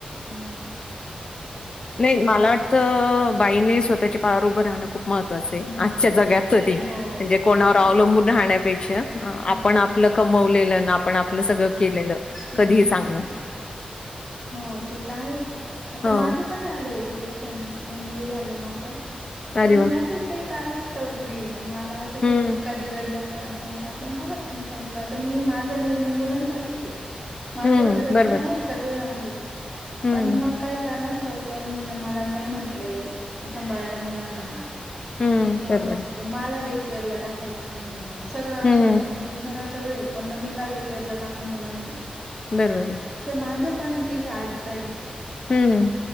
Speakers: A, in the centre; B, on the left.
A: हम्म
B: नाही मला वाटतं बाईने स्वतःच्या पायावर राहणं खूप महत्त्वाचे
A: हम्म
B: आजच्या
A: हम्म
B: जग्याच ते म्हणजे
A: हम्म. हो
B: कोणावर अवलंबून राहण्यापेक्षा,
A: हो
B: आपण आपलं कमवलेलंन, आपण आपलं सगळं केलेलं,
A: हम्म
B: कधीही चांगलं.
A: हो ते त आहेच, आता
B: हो
A: माझं पण झालंय एज्युकेशन, एमबी ए झालंय माझं. पण
B: अरे वा
A: मी असंच काही कारणासतव घरीये, मला असं
B: हम्म
A: खूप कधी कधी असं वाट यार आपण का बरं घरी थांबलो, आता मी माझा निर्णय मुलांसाठीचे. माझ्याकडे
B: हम्म बरोबर
A: पण आहे, सगळं आहे,
B: हम्म
A: पण मग काही कारणास तव त्यांनी मला नाही म्हंटलंय, सांभाळायला मुलांना,
B: हम्म
A: कि
B: बरोबर
A: मग
B: आहे
A: मला डे केअर ला टाकायचं नाहीये म, सगळं असून
B: हम्म
A: म मी घरात सगळेय, पण म मी का डेकेअरला टाकू मुलांना.
B: बरबरे.
A: माज पण तीथ आडतय.
B: हम्म हम्म,